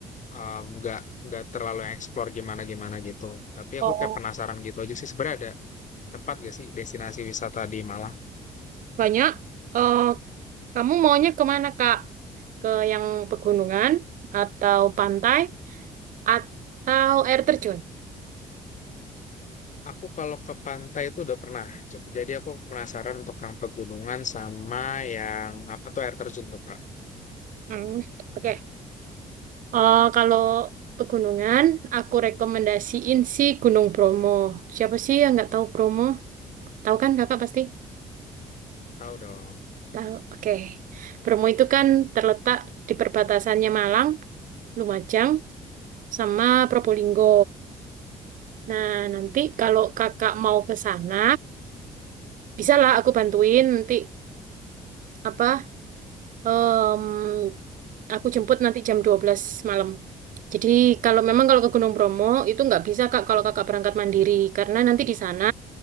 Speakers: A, on the left (about 50°); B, on the right (about 55°).
A: em, nggak nggak terlalu explore gimana gimana gitu. Tapi
B: Oh,
A: aku kayak penasaran gitu aja sih. Sebenarnya ada tempat gak sih destinasi wisata di Malang?
B: banyak. Eh, kamu maunya kemana, Kak? Ke yang pegunungan atau pantai atau air terjun?
A: Aku kalau ke pantai itu udah pernah. Cep- Jadi aku penasaran untuk yang pegunungan sama yang apa tuh air terjun tuh Kak.
B: Hmm. Oke. Eh, kalau pegunungan, aku rekomendasiin sih Gunung Bromo. Siapa sih yang nggak tahu Bromo? Tahu kan kakak pasti?
A: Tahu dong.
B: Tahu. Oke. Bromo itu kan terletak di perbatasannya Malang, Lumajang, sama Probolinggo. Nah, nanti kalau kakak mau ke sana, bisa lah aku bantuin nanti apa em, aku jemput nanti jam dua belas malam. Jadi kalau memang kalau ke Gunung Bromo itu nggak bisa Kak kalau kakak berangkat mandiri karena nanti di sana